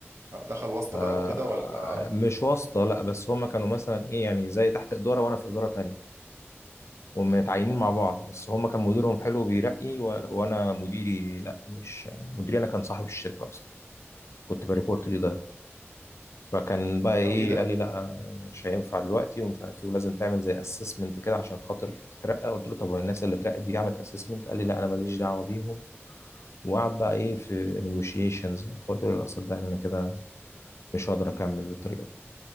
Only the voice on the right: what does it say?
دخل واسطه
بقى وكده ولا
اه
طب ايه ده؟